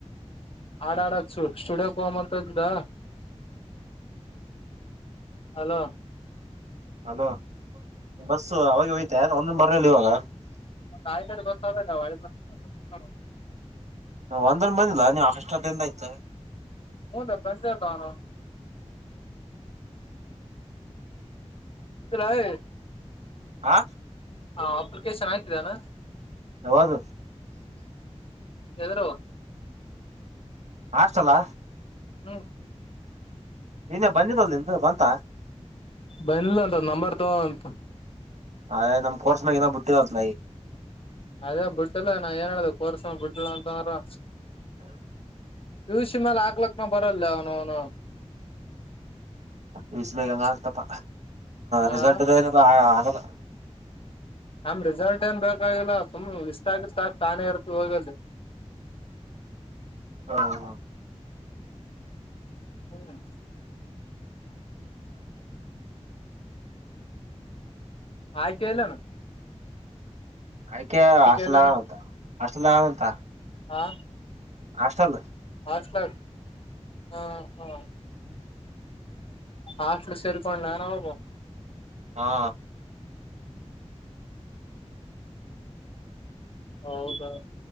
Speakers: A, on the left; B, on the right.
A: ಆಡ ಆಡಕ್ ಸ್ಟು ಸ್ಟುಡಿಯೋಗ್ ಹೋಗಮ್ ಅಂತ್ ಅಂದಿದ. ಹಲೋ.
B: ಹಲೋ ಬಸ್ಸು ಅವಾಗೆ ಓಯ್ತಾ ಒಂದೊಂದ ಬರಲ್ಲಿ ಇವಾಗ.
A: <unintelligible>
B: ನ ಒಂದಣ ಬಂದಿಲ್ಲ ನೀವ್ ಅಷ್ಟತ್ತಿಂದ ಇತ್ತು.
A: <unintelligible> ಬಂದೆ ಇಲ್ಲ ಅವ್ನವ್ನ್. ಇತ್ತು. <unintelligible>
B: ಹ
A: ಹಾ ಅಪ್ಲಿಕೇಶನ್ ಹಾಕಿರೇನು.
B: ಯವದು.
A: ಯಾದ್ರವು.
B: ಹಾಸ್ಟೆಲ್ ಹಾ.
A: ಹ್ಮ.
B: ನೀನೇ ಬಂದಿದಲ್ ನಿಮ್ದು ಬಂತ.
A: ಬಂದಿಲ್ಲ ಅಂತ ನಂಬರ್ ಅಂತ.
B: ಹೇ ನಮ್ ಕೋರ್ಸ್ ನಾಗ್ ಇನ್ನ ಬಟ್ಟಿಲ್ಲ ಅದ್
A: ಅದೇ ಬಿಟ್ಟಲ್ಲ ನಾ ಏನ್ ಹೇಳ್ದ ಕೋರ್ಸ ಬಿಟ್ಟಿಲ್ಲ ಅಂತಂದ್ರ. ಪಿ ಯು ಸಿ ಮಲೆ ಅಕ್ನಕ್ಲಾ ಬರಲೆ ಅವನವ್ನು.
B: ಪಿ ಯು ಸಿ ಮೆಲ್ ಎಂಗ ತಪ್ಪ
A: ಹಾ
B: ರಿಸಲ್ಟ್ ದೇನಿಲ್ಲ ಏನ ಆಗಲ್ಲ.
A: ನಂದ್ ರಿಸಲ್ಟ್ ಏನ್ ಬೇಕಾಗಿಲ್ಲ ಸುಮ್ ಲಿಸ್ಟ್ ಆಕರ್ ಸಾಕ ತಾನೇ ಇರ್ತ ಹೋಗಲ್. <inaudible>
B: ಹ್ಮ ಹ.
A: ಹ್ಮ. ಹಾಕೇ ಇಲ್ಲೇನು.
B: ಆಕೆ ಹಾಸ್ಟೆಲಾಗ್
A: ಇಲ್ಲನ
B: ಅದಾಳಾಂತ ಹಾಸ್ಟೆಲ್ಲಾಗ ಅದಾಳಾಂತ.
A: ಹಾ.
B: ಆಷ್ಟಲ್ಲ.
A: ಹಾಸ್ಟೆಲ್ ಹಾ ಹಾ. ಹಾಸ್ಟೆಲ್ ಸೇರ್ಕೊಂಡಾನ ಒಬ.
B: ಹಾ.
A: ಹೌದಾ